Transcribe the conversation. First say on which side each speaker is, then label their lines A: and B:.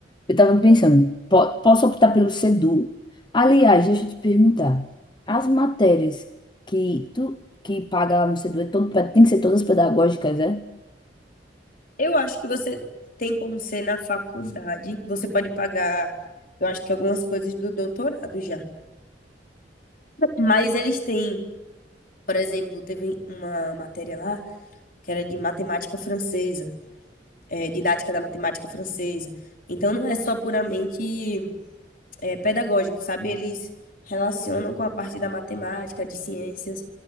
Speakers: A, on the left; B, on the left.
A: Eu tava pensando, po- posso optar pelo SEDU. Aliás, deixa eu te perguntar, as matérias que tu que paga lá no SEDU é todo, tem que ser todas pedagógicas, é?
B: Eu acho que você tem como ser na faculdade, você pode pagar, eu acho que algumas coisas do doutorado já, mas eles têm, por exemplo, teve uma matéria lá que era de matemática francesa. é, didática da matemática francesa. Então, não é só puramente é, pedagógico, sabe? Eles relacionam com a parte da matemática, de ciências.